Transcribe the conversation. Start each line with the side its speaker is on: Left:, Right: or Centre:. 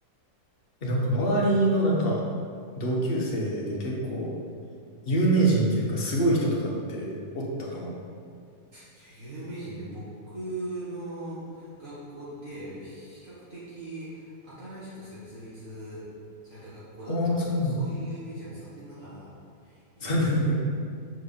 Left: え、なんか周りのなんか、同級生で結構、有名人っていうかすごい人とかっておったかな。
Right: いや、有名人ね、僕の学校って比較的新しく設立された学校だったから、
Left: ああ、そうなの。
Right: そういう有名人は残念ながら
Left: <laughs>
Right: いないんだ。
Left: 残念ながら。